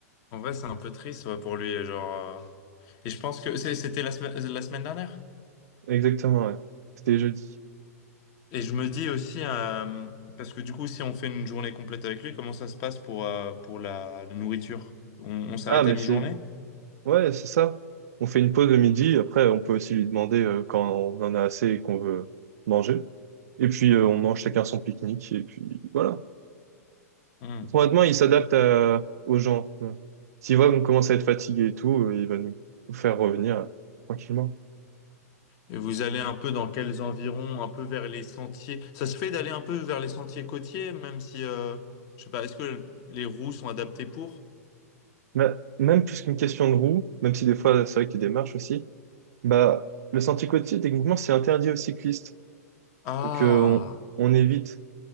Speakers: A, on the left; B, on the right.
A: en vrai, c'est un peu triste ouais, pour lui. Genre, euh, Et je pense que c'est- c'était la, semaine- la semaine dernière.
B: Exactement, ouais. C'était jeudi.
A: Et je me dis aussi, euh, parce que du coup, si on fait une journée complète avec lui, comment ça se passe pour, euh, pour la, la nourriture? On, on s'arrête
B: Ah, mais
A: à mi-journée?
B: c'est... Ouais, c'est ça. On fait une pause le midi, après on peut aussi lui demander euh, quand on en a assez et qu'on veut manger. Et puis euh, on mange chacun son pique-nique, et puis voilà.
A: Hmm.
B: Honnêtement, il s'adapte à- aux gens. euh. S'il voit qu'on commence à être fatigué et tout, euh, il va nous nous faire revenir euh, tranquillement.
A: Et vous allez un peu dans quels environs, un peu vers les sentiers. Ça se fait d'aller un peu vers les sentiers côtiers, même si, euh, je sais pas, est-ce que les roues sont adaptées pour?
B: Bah, même plus qu'une question de roue, même si des fois c'est vrai qu'il y a des marches aussi, bah, le sentier côtier, techniquement, c'est interdit aux cyclistes.
A: Ah,
B: Donc euh, on, on évite.